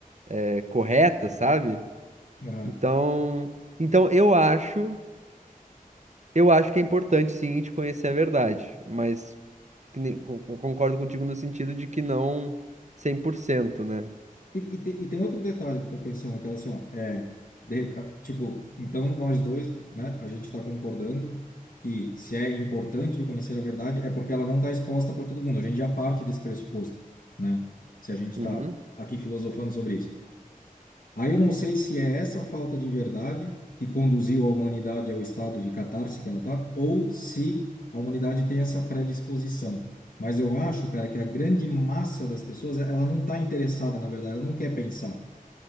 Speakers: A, on the right (about 55°); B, on the left (about 75°).
A: é, corretas, sabe?
B: Aham.
A: Então, então eu acho, eu acho que é importante, sim, a gente conhecer a verdade, mas que nem- con- con- concordo contigo no sentido de que não 100%, né?
B: E, e, tem, e tem outro detalhe que eu tô pensando, cara, assim, ó, é, de- ah, tipo, então nós dois, né, a gente tá concordando que se é importante conhecer a verdade é porque ela não tá exposta para todo mundo. A gente já parte desse pressuposto, né? Se a gente
A: Uhum,
B: tá aqui filosofando sobre isso. Aí eu não sei se é essa falta de verdade que conduziu a humanidade ao estado de catarse que ela está, ou se a humanidade tem essa predisposição. Mas eu acho, cara, que a grande massa das pessoas, ela não está interessada, na verdade, ela não quer pensar.